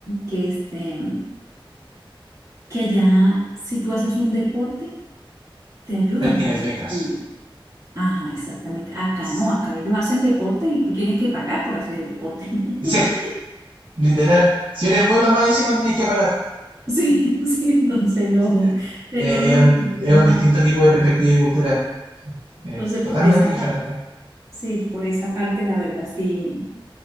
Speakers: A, on the right (about 35°); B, on the right (about 65°).
A: que este, que allá si tú haces un deporte, te ayudan
B: ahí tienes
A: con el
B: becas.
A: estudio. Ajá, exactamente. Acá
B: Sí,
A: no, acá ellos hacen deporte y tú tienes que pagar por hacer el deporte.
B: sí,
A: <laughs>
B: literal. Si eres bueno, más encima tienes que pagar.
A: Sí, sí, entonces no,
B: Eh,
A: eh,
B: eh,
A: no los
B: Es un,
A: entusiasma.
B: es un distinto tipo de perspectiva y cultura. Es
A: Entonces,
B: totalmente
A: por esa
B: diferente.
A: parte, sí, por esa parte, la verdad, sí.